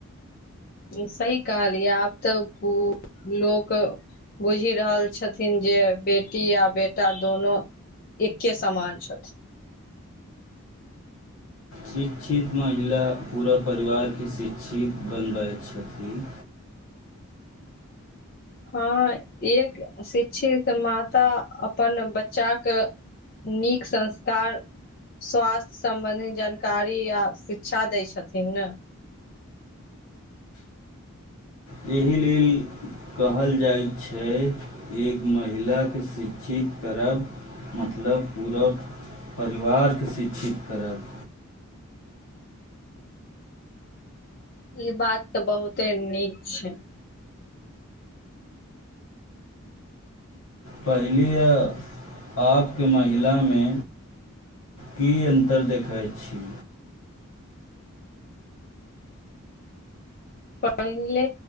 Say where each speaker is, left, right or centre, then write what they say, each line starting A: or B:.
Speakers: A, on the left; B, on the left.
A: सही कहलियै, आब त खूब लोक बुझि रहल छथिन जे बेटी आ बेटा दुनु एके समान छथिन।
B: शिक्षित महिला पुरा परिवारके शिक्षित बना रहल छथिन।
A: हां, एक शिक्षित माता अपन बच्चाके नीक संस्कार, स्वास्थ्य सम्बन्धी जानकारी आ शिक्षा दै छथिन ने।
B: एहि लेल कहल जाइ छै, एक महिलाकेँ शिक्षित करब मतलब पूरा परिवारकेँ शिक्षित करब।
A: ई बात तऽ बहुते नीक छै।
B: पहिले अ आबके मा- महिलामे की अन्तर देखैत छी?
A: पहिले